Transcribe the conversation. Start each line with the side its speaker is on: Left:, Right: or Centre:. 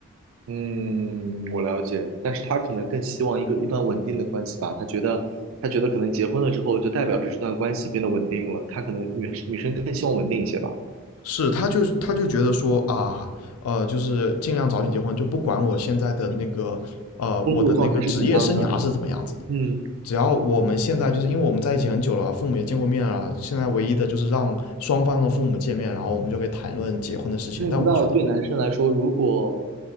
Right: 嗯，我了解，但是他可能更希望一个一段稳定的关系吧。他觉得，他觉得可能结婚了之后，就代表着这段关系变得稳定了。他可能女女生更希望稳定一些吧。
Left: 是他就他就觉得说啊，呃，就是尽量早点结婚，就不管我现在的那个呃我的那个职业生涯是怎么样子的。
Right: 工作状态是怎样的？嗯。
Left: 只要我们现在就是因为我们在一起很久了，父母也见过面了，现在唯一的就是让双方的父母见面，然后我们就可以谈论结婚的事情。
Right: 认不到对男生来说，
Left: 但我觉得，
Right: 如果